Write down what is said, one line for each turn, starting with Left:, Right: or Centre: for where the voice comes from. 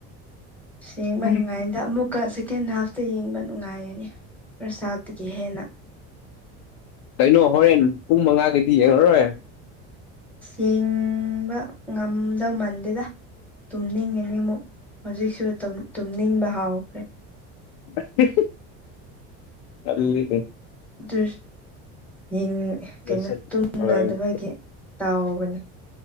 Centre: ꯌꯦꯡꯕ
Left: ꯎꯝ
Centre: ꯅꯨꯡꯉꯥꯏꯗ ꯑꯃꯨꯛꯀ ꯁꯦꯀꯦꯟ ꯍꯥꯐꯇꯨ ꯌꯦꯡꯕ ꯅꯨꯡꯉꯥꯏꯔꯅꯤ ꯐ꯭ꯔꯁꯠ ꯍꯥꯐꯇꯒꯤ ꯍꯦꯟꯅ
Left: ꯀꯩꯅꯣ ꯍꯣꯔꯦꯟ ꯄꯨꯡ ꯃꯉꯥꯒꯤꯗꯤ ꯌꯦꯡꯉꯔꯣꯏ
Centre: ꯌꯦꯡꯕ ꯉꯝꯗꯧ ꯃꯥꯟꯗꯦꯗ ꯇꯨꯝꯅꯤꯡꯉꯅꯤ ꯑꯃꯨꯛ ꯍꯧꯖꯤꯛꯁꯨ ꯇꯨꯝꯅꯤꯡꯕ ꯍꯥꯎꯈ꯭ꯔꯦ
Left: <unintelligible> ꯑꯗꯨꯅꯤꯅꯦ
Centre: ꯑꯗꯨ ꯌꯦꯡ
Left: ꯂꯣꯏꯁꯟ
Centre: ꯀꯩꯅꯣ ꯇꯨꯝꯅꯗꯕꯒꯤ
Left: ꯍꯣꯏ
Centre: ꯇꯥꯎꯕꯅꯤ